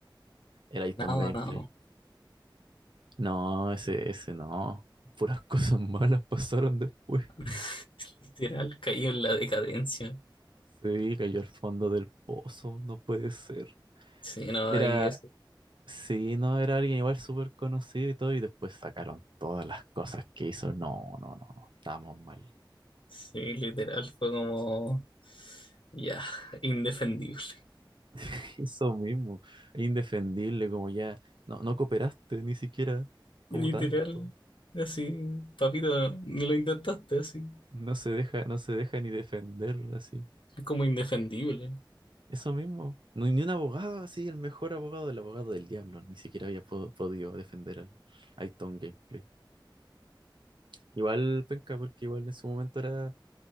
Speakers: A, on the right; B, on the left.
A: el iTown
B: Nada,
A: Gameplay.
B: nada.
A: No, ese, ese no. Puras <laughs> cosas malas pasaron después.
B: <laughs> Literal, cayó en la decadencia.
A: Sí, cayó al fondo del pozo, no puede ser.
B: Sí, no,
A: Era,
B: ahí eso.
A: sí, no, era alguien igual súper conocido y todo, y después sacaron todas las cosas que hizo. No, no, no, no, estamos mal.
B: Sí, literal, fue como, ya, indefendible.
A: <laughs> Eso mismo, indefendible, como ya, no, no cooperaste ni siquiera
B: Literal,
A: como tanto.
B: así, papito, ni lo intentaste, así.
A: No se deja, no se deja ni defender así.
B: Es como indefendible,
A: Eso mismo, no, ni un abogado así, el mejor abogado, el abogado del diablo, ni siquiera había po- podido defender al Aiton Gameplay. Igual penca, porque igual en su momento era